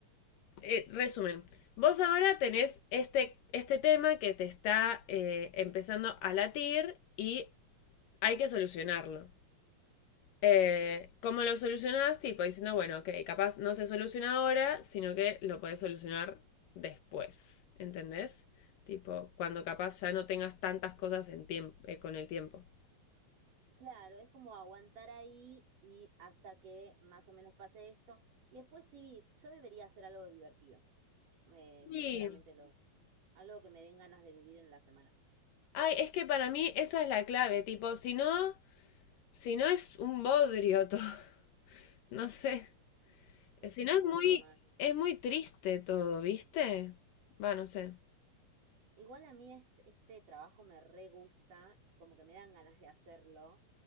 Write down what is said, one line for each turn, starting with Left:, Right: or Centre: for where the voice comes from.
Left: eh, resumen, vos ahora tenés este, este tema que te está eh, empezando a latir y hay que solucionarlo. Eh, ¿cómo lo solucionás? Tipo diciendo, bueno, ok, capaz no se soluciona ahora, sino que lo puedes solucionar después, ¿entendés? Tipo, cuando capaz ya no tengas tantas cosas en tiemp- eh, con el tiempo.
Right: Claro, es como aguantar ahí y hasta que más o menos pase esto. Y después sí, yo debería hacer algo divertido. eh, sinceramente,
Left: Sí.
Right: lo, algo que me den ganas de vivir en la semana.
Left: Ay, es que para mí esa es la clave, tipo, si no, si no es un bodrio todo, <laughs> no sé,
Right: Es
Left: si
Right: un
Left: no es
Right: bodrio
Left: muy,
Right: más.
Left: es muy triste todo, ¿viste? Va, no sé.
Right: Igual a mí este, este trabajo me re gusta y como que me dan ganas de hacerlo,